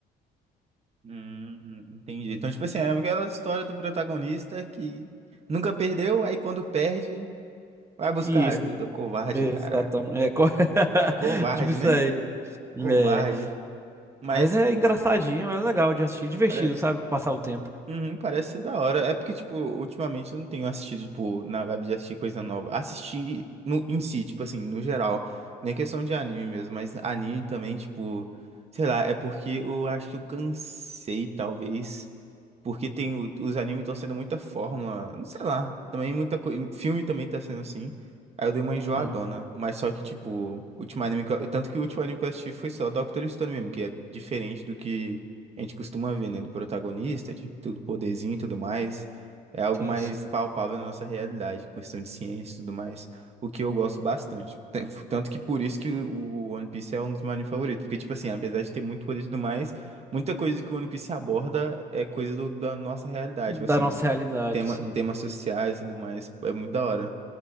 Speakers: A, on the right; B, on the right.
A: Hum, entendi. Então, tipo assim, é aquela história do protagonista que nunca perdeu, aí quando perde, vai buscar
B: Isso,
A: ajuda, covarde,
B: exatamente.
A: caraca.
B: É, co- <laughs>
A: Covarde,
B: tipo isso
A: né?
B: aí.
A: Covarde.
B: É.
A: Mas
B: Mas é engraçadinho, é legal de assistir, divertido,
A: pare-
B: sabe? Passar o tempo.
A: Uhum, parece ser da hora. É porque, tipo, ultimamente eu não tenho assistido, tipo, na vibe de assistir coisa nova. Assistir no, em si, tipo assim, no geral. Nem questão de anime mesmo, mas anime também, tipo, sei lá, é porque eu acho que eu cansei, talvez. Porque tem, o- os animes estão sendo muita fórmula, não sei lá, também muita coisa, filme também tá sendo assim. Aí eu dei uma enjoadona,
B: Aham.
A: mas só que, tipo, o último anime que eu, tanto que o último anime que eu assisti foi só Doctor Stone mesmo, que é diferente do que a gente costuma ver, né? Do protagonista, de tudo poderzinho e tudo mais. É algo
B: Sim,
A: mais
B: sim.
A: palpável na nossa realidade, questão de ciência e tudo mais. O que eu gosto bastante. Tan- Tanto que por isso que o o One Piece é um dos meus animes favoritos. Porque, tipo assim, apesar de ter muito poder e tudo mais. Muita coisa que o One Piece aborda é coisa do- da nossa realidade,
B: da
A: tipo assim,
B: nossa realidade,
A: tema,
B: sim.
A: temas sociais e tudo mais, é muito da hora.